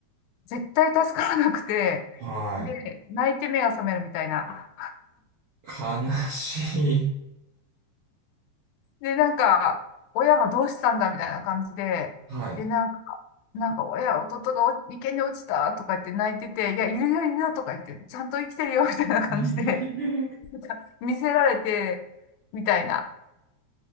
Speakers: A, on the left (about 90°); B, on the right (about 80°).
A: 絶対助からなくて、
B: はい。
A: で、泣いて目が覚めるみたいな。
B: 悲しい。
A: で、なんか、親がどうしたんだみたいな感じで、
B: はい。
A: で、なんか、なんか親、弟がお池に落ちたとか言って泣いてて、いや、いるよ、いるよとか言って、ちゃんと生きてるよみたいな感じで
B: <laughs>
A: <laughs> 見せられて、みたいな、